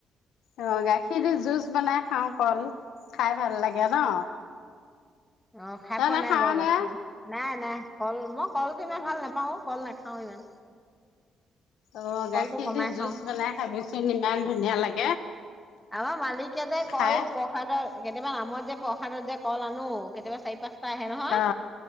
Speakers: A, on the left; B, in the centre.
A: অ' গাখীৰ দি জুচ বনাই খাওঁ কল। খাই ভাল লাগে ন।
B: অ খাই
A: তই
B: পোৱা
A: নাখাৱ
B: নাই বাও গাখীৰ
A: নে
B: নাই নাই কল মই কলটো ইমান ভাল নেপাও আঔ কল নাখাও ইমান
A: অ
B: কলটো
A: গাখীৰ
B: কমাই
A: দি
B: খাওঁ
A: জুচ বনাই খাবিচোন ইমান। ধুনীয়া লাগ
B: আমাৰ মালিকে যে কল
A: খাই
B: প্ৰসাদৰ। কেতিয়াবা নামত যে প্ৰসাদত যে কল আনো কেতিয়াবা চাৰি পাঁচ। টা আহে নহয়
A: অ